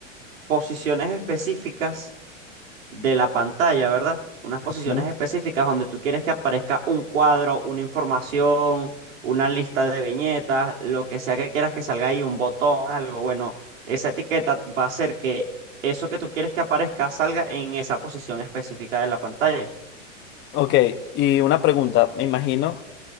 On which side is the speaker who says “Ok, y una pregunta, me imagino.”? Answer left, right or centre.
Left